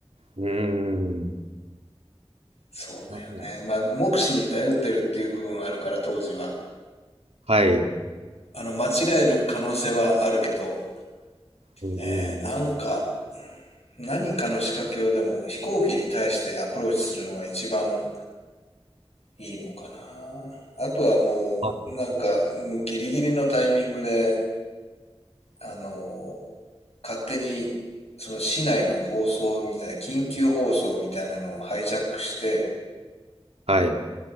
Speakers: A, on the right; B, on the left.
A: うーん。
B: そうだよね。
A: なんだ
B: まあ、目視に頼ってるっていう部分はあるから、当時は。
A: はい。
B: あの、間違える可能性はあるけど、
A: うんうん。
B: ね、なんか、何かの仕掛けをでも飛行機に対してアプローチするのが一番いいのかな。あとはもう、
A: あ、
B: なんか、もうギリギリのタイミングで、あの、勝手に、その市内の放送みたいな、緊急放送みたいなのをハイジャックして、
A: はい。